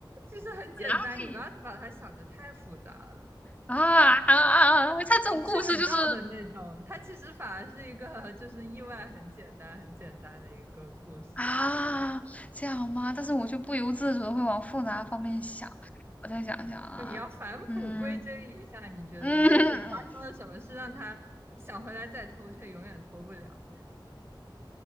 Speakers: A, on the right; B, on the left.
A: 其实很简单，
B: 本来可以
A: 你不要把它想的太复杂了，
B: 啊啊啊，他这种故事就是
A: 他不是很绕的那种，他其实反而是一个就是意外很简单很简单的一个故事。
B: 啊这样吗？但是我却不由自主的会往复杂方面想。我再想想啊，
A: 就你要返璞归真一下，
B: 嗯
A: 你觉得就是发生了什么事让他想回来再偷，
B: 嗯，<laughs>
A: 却永远偷不了